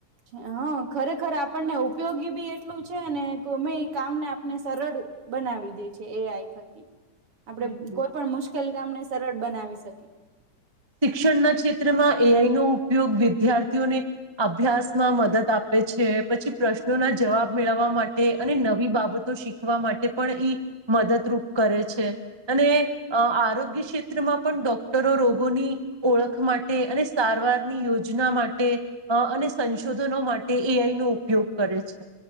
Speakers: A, on the right (about 45°); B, on the right (about 25°).
A: જ્યાં... ખરેખર આપણને ઉપયોગી બી એટલું છે અને ગમે ઈ કામને આપને સરળ બનાવી દે છે એ આઈ થકી. આપડે
B: બિલકુલ
A: કોઈપણ મુશ્કેલ કામને સરળ બનાવી શકી.
B: શિક્ષણના ક્ષેત્રમાં એ આઈ નો ઉપયોગ વિદ્યાર્થીઓને અભ્યાસમાં મદદ આપે છે પછી પ્રશ્ન નો ના જવાબ મેળવવા માટે અને નવી બાબતો શીખ હવા માટે પણ ઈ મદદરૂપ કરે છે અને અ આરોગ્ય ક્ષે તેમાં પણ ડોક્ટરો રોગ ની ઓળખ માટે અને સારવારની યોજના માટે અ અને સંશોધનો માટે એ આઈ નો ઉપયોગ કરે છે